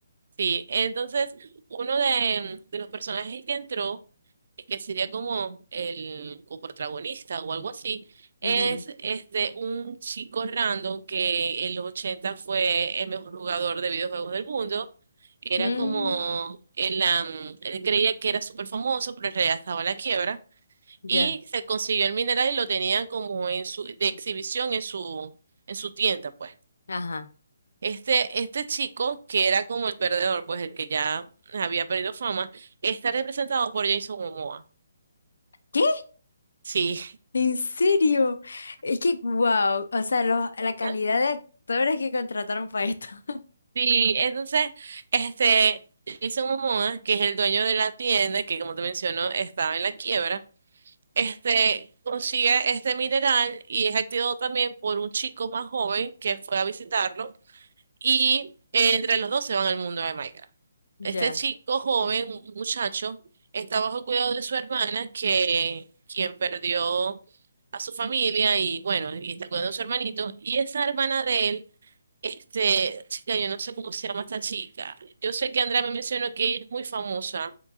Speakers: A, on the right; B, on the left.
A: Sí, entonces uno de, de los personajes que entró, eh, que sería como el coprotagonista o algo así, es
B: Ujú.
A: este un chico random que en los 80 fue el mejor jugador de videojuegos del mundo. Era
B: Mm,
A: como, él, am, él creía que era súper famoso, pero en realidad estaba a la quiebra. Y
B: ya,
A: se consiguió el mineral y lo tenía como en su, de exhibición en su, en su tienda, pues.
B: ajá.
A: Este, este chico, que era como el perdedor, pues el que ya había perdido fama, está representado por Jason Momoa.
B: ¿Qué?
A: Sí.
B: ¿En serio? Es que, wow, o sea, lo- la
A: <laughs>
B: calidad de actores que contrataron para esto. <laughs>
A: Sí, entonces, este, Jason Momoa, que es el dueño de la tienda, que como te menciono, estaba en la quiebra, este, consigue este mineral y es activado también por un chico más joven que fue a visitarlo Y eh, entre los dos se van al mundo de Minecraft. Este
B: Ya.
A: chico joven, un muchacho, está bajo cuidado de su hermana, que quien perdió a su familia y bueno, y está cuidando a su hermanito. Y esa hermana de él, este, chica, yo no sé cómo se llama esta chica. Yo sé que Andrea me mencionó que ella es muy famosa.